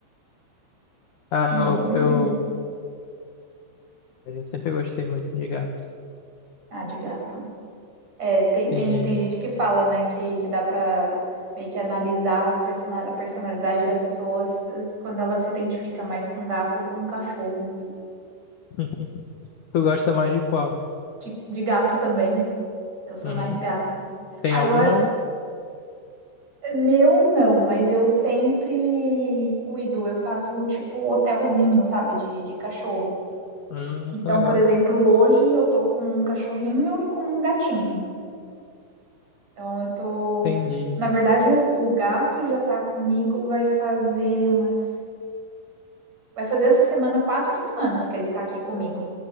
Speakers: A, on the left (about 55°); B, on the right (about 35°).
A: Ah,
B: uma
A: eu,
B: boa
A: eu,
B: ideia.
A: eu sempre gostei muito de gato.
B: Ah, de gato. É, tem, tem,
A: Sim,
B: tem gente que fala, né, que, que dá pra meio que analisar as persona- a personalidade da pessoa se- quando ela se identifica mais com gato ou com cachorro.
A: e- <laughs> tu gosta mais de qual?
B: De, de gato também, eu sou
A: Uhum.
B: mais gato.
A: Tem
B: Ah,
A: alguma?
B: eu, a-
A: aí?
B: meu não, mas eu sempre cuido, eu faço tipo hotelzinho, sabe, de, de cachorro.
A: Hum,
B: Então,
A: que legal.
B: por exemplo, hoje eu tô com um cachorrinho e com um gatinho. Então, eu tô.
A: Entendi.
B: Na verdade, o, o gato já tá comigo, vai fazer umas Vai fazer essa semana quatro semanas que ele tá aqui comigo.